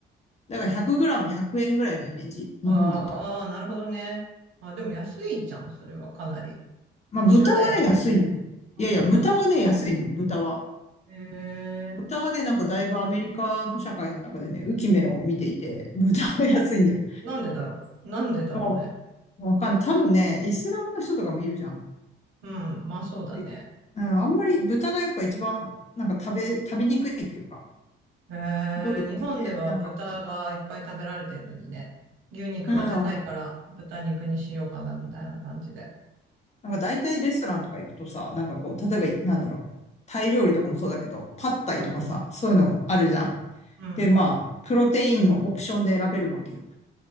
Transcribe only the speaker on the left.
だから1 0 0ム1 0 0円ぐらいのイメージ。日本だと。
まあ、
豚はね、安いね。
いやいや、
豚はね、安いのよ、豚は。
豚はね、なんかだいぶアメリカの社会の中でね、浮き目を見ていて、豚は安いんだよ。
もう、わかんない。多分ね、イスラムの人とかもいるじゃん。
で、うん、あんまり豚がやっぱ一番、なんか食べ、食べにくいっていうか、
料理として、
なんか、
うん、なんか大体レストランとか行くとさ、なんかこう、例えば、なんだろう、タイ料理とかもそうだけど、パッタイとかさ、
そういうのあるじゃん。
で、まあ、プロテインをオプションで選べるわけよ。